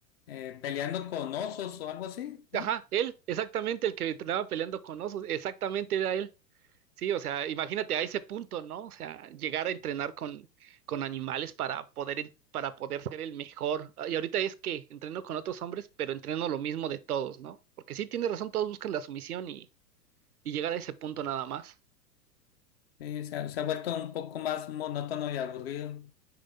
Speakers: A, on the left (about 40°); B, on the right (about 60°).
A: eh, peleando con osos o algo así, ¿no?
B: Ajá, él, exactamente el que entrenaba peleando con osos, exactamente era él. Sí, o sea, imagínate a ese punto, ¿no? O sea, llegar a entrenar con, con animales para poder, en- para poder ser el mejor. Ah, Y ahorita es que entreno con otros hombres, pero entreno lo mismo de todos, ¿no? Porque sí, tiene razón, todos buscan la sumisión y, y llegar a ese punto nada más.
A: Sí, se ha, se ha vuelto un poco más monótono y aburrido.